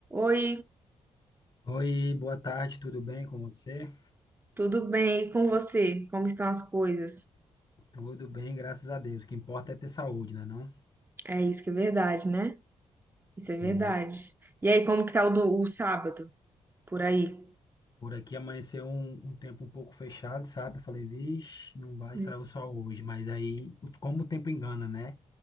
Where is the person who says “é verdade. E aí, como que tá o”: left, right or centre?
Right